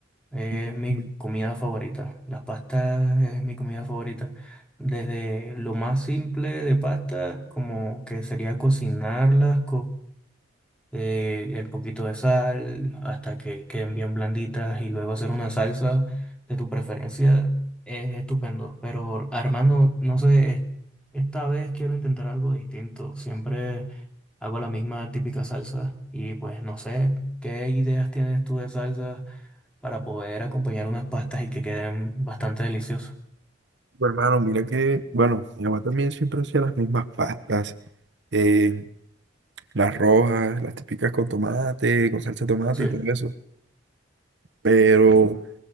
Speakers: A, in the centre; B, on the right.
A: Es
B: Mm,
A: mi comida favorita. Las pastas es mi comida favorita. Desde lo más simple de pastas, como que sería cocinarlas eh, el poquito de sal hasta que queden bien blanditas y luego hacer una salsa de tu preferencia es estupendo. Pero Armando, no sé, es- esta vez quiero intentar algo distinto. Siempre hago la misma típica salsa y pues no sé, ¿qué ideas tienes tú de salsa para poder acompañar unas pastas y que queden bastante deliciosas?
B: Bueno, Hermano, mira que, bueno, mi mamá también siempre hacía las mismas pastas, eh, las rojas, las típicas con tomate, con salsa de tomate
A: Sí.
B: y todo eso. Pero